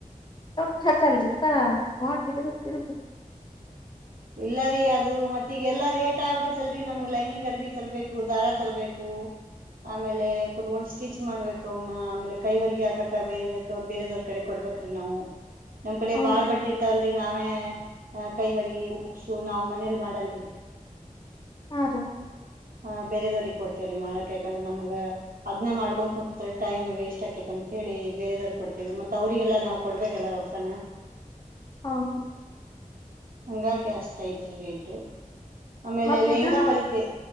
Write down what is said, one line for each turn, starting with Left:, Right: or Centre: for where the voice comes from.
Left: <unintelligible> ಅಲ್ರಿಪಾ <unintelligible>
Right: ಇಲ್ಲ ರೀ ಅದು ಮತ್ತೀಗೆಲ್ಲಾ ರೇಟ್ ಆಗ್ಬಿಟ್ಟತ್ತಲ್ರರಿ ನಮ್ಗ್ ಲೈನಿಂಗ್ ಅರ್ಬಿ ತರ್ಬೇಕು ದಾರ ತರ್ಬೇಕು. ಆಮೇಲೆ ಕುತ್ಕೊಂಡ್ ಸ್ಟಿಚ್ ಮಾಡ್ಬೇಕು ಅವ್ನ ಆಮೇಲೆ ಕೈ ಹೊಲ್ಗೆ ಹಾಕಕ ಬೇರೆ. ಬೇರೆದೊವ್ರ ಕಡೆ ಕೊಡ್ಬೇಕ್ರಿ ನಾವು. ನಮ್ ಕಡೆ
Left: ಹೂನ್ರಿ
Right: ಬಾಳ್ ಬಟ್ಟಿರ್ತಲ್ರಿ ನಾವೇ ಅ ಕೈ ಹೊಲಿ ಉಗ್ಸು ನಾವ್ ಮನೇಲ್ ಮಾಡಲ್ರಿ.
Left: ಹಾ ರಿ.
Right: ಹ ಬೇರೆದವ್ರಿಗೆ ಕೊಡ್ತೇವ್ರರಿ ಮಾಡಕ್ ಯಾಕಂದ್ರೆ ನಮ್ಗ ಅದ್ನ ಮಾಡ್ಕೊಂಡ ಕುಂತ್ರ ಟೈಮ್ ವೇಸ್ಟ್ ಆಕೇತ್ ಅಂತ ಹೇಳಿ ಬೇರೆದಾವ್ರಿಗೆ ಕೊಡ್ತೇವಿ ಮತ್ತ್ ಅವ್ರರಿಗೆಲ್ಲ ನಾವು ಕೊಡ್ಬೇಕಲ್ಲ ರೊಕ್ಕಾನ.
Left: ಹೌದಾ
Right: ಹಂಗಾಗಿ ಅಷ್ಟ ಐತ್ರಿ ರೇಟು. ಆಮೇಲೆ
Left: ಮತ್
Right: ಲೆಂಗಾ
Left: ಇದು ರೀ
Right: ಹೊಲಿತೇ